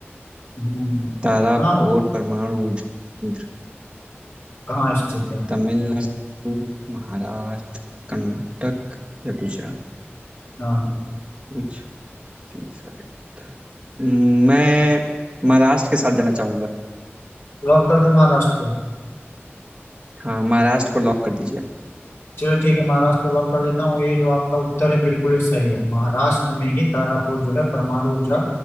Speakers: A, on the left; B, on the right.
A: हम्म,
B: तारापुर
A: हाँ और
B: परमाणु ऊर्जा केंद्र
A: कहाँ स्थित है
B: तमिलनाडु महाराष्ट्र कर्नाटक या गुजरात
A: हाँ
B: कुछ शायद होता है। हम्म, मैं महाराष्ट्र के साथ जाना चाहूंगा
A: लॉक कर दो महाराष्ट्र को
B: हाँ महाराष्ट्र को लॉक कर दीजिए
A: चलो ठीक है महाराष्ट्र को लॉक कर देता हूँ ये जो आपका उत्तर है बिल्कुल ही सही है महाराष्ट्र में ही तारापुर जो है परमाणु ऊर्जा